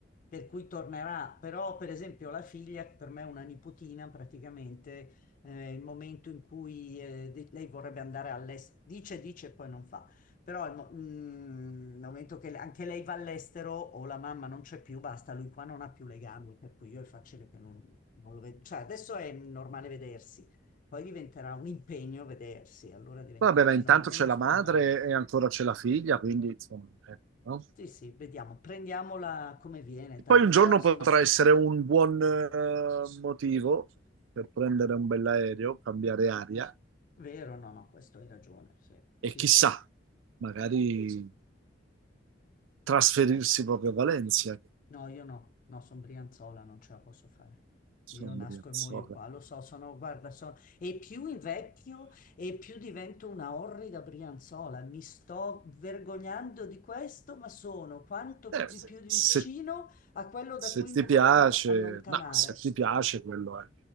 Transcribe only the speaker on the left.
per cui tornerà. Però per esempio la figlia, che per me è una nipotina praticamente, eh, il momento in cui eh, de- lei vorrebbe andare all'estero, dice, dice e poi non fa. Però al mo- mm, nel momento che le- anche lei va all'estero o la mamma non c'è più, basta, lui qua non ha più legami, per cui io è facile che non, non lo vedo. Cioè, adesso è normale vedersi, poi diventerà un impegno vedersi, allora diventa
meno,
meno
spontaneo.
Sì, sì, vediamo, prendiamola come viene, tanto.
Però insomma,
mm,
vero, no, no, questo hai ragione, sì,
sì,
sì.
No, io no, no, sono Brianzola, non ce la posso fare.
Io nasco
e muoio
qua, lo so, sono, guarda, sono... E più invecchio e più divento una orrida Brianzola. Mi sto vergognando di questo, ma sono quanto
più- di più vicino
a quello da
cui
mi
volevo allontanare.